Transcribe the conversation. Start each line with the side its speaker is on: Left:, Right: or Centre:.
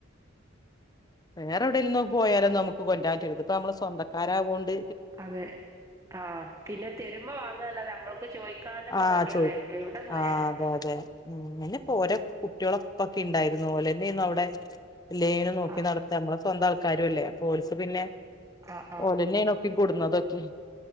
Left: വേറെ എവിടെൽന്നോ പോയലും നമുക്ക് കൊണ്ട്രാൻ പറ്റ്ല ഇത്പ്പൊ നമ്മളെ സ്വന്തക്കാരാവൊണ്ട്
Right: അതെ ആഹ് പിന്നെ തെരുമ്പോ വാങ്ങല്ലാതെ നമ്മൾക്ക് ചോയ്ക്കാനൊക്കെ
Left: ആഹ്
Right: മടിയല്ലേ
Left: ചോയ്
Right: എവിടെ പോയാലും
Left: ആഹ് അതെ അതെ ഉം അന്നെപ്പോ ഓരോ കുട്ടികളൊ ഒപ്പൊക്കെണ്ടായിരുന്നു ഓല്ന്നെയിരുന്ന് അവിടെ ലൈന് നോക്കി
Right: ആഹ്
Left: നട നമ്മളെ സ്വന്തം ആൾക്കാരും അല്ലേ അപ്പോ ഒൽക്ക് പിന്നെ
Right: ആഹ് ആഹ്
Left: ഓടനെ അ ക്കെ കെടുന്നതൊക്കെ